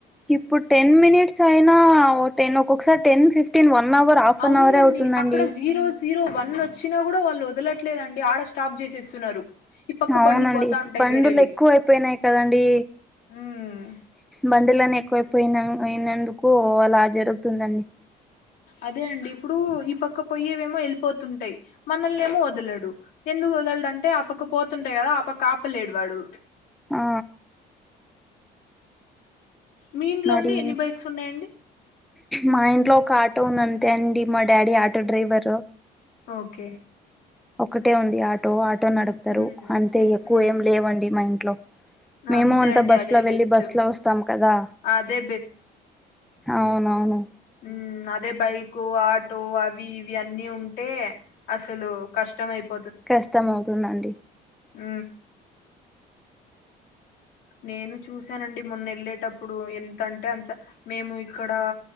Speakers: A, in the centre; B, on the left (about 85°).
A: ఇప్పుడు టెన్ మినిట్స్ అయినా టెన్ ఒక్కొక్కసారి ten fifteen one hour half
B: అవునండి
A: an hour అవుతుందండి
B: అక్కడ జీరో జీరో వన్ వచ్చినా కూడా వాళ్ళు వదలట్లేదండి ఆడ స్టాప్ చేసేస్తున్నారు ఈ పక్క
A: అవునండి
B: బండ్లు పోతా ఉంటాయి
A: బండులు
B: వేరేవి
A: ఎక్కువ అయిపోయినాయి కదంీ
B: ఉమ్
A: బంలనిక్ ఎైపోయిన అయినందుకు అలా జరుగుతుందండి
B: అదే అండి ఇప్పుడు ఈ పక్క పోయ్యేవేమో వెళ్ళిపోతుంటాయి మనల్ని ఏమో వదలడు ఎందుకు వదలడు అంటే ఆ పక్క పోతుంటాయి కదా ఆ పక్క ఆపలేడు వాడు
A: ఆ
B: మీ ఇంట్లో
A: మరి
B: అండి ఎన్ని బైక్స్ ఉన్నాయండి
A: మా ఇంట్లో ఒక ఆటో ఉంది అంతే అండి మ డాడీ ఆటో డ్రైవరు
B: ఓకే
A: ఒకటే ఉంది ఆ ో ఆటో నడుపుతారు
B: ఉమ్
A: అంటే ఎక్కువ
B: ఉమ్
A: ఏం లేవండి మా ఇంట్లో మేము
B: అంతే
A: అంత
B: అండి
A: బస్
B: అదే
A: లో
B: బెస్ట్
A: వెళ్ళి బస్ లో వస్తాం కదా
B: అదే
A: అవునవును
B: ఉ అదే బైక్ ఆటో అ అవి ఇవి అన్నీ ఉంటే అసలు కష్టం అయిపో
A: కష్టం అవుతుందండి
B: హ నేను చూసానండి మొన్న వెళ్ళేటప్పుడు ఎంతంటే అంత మేము ఇక్కడ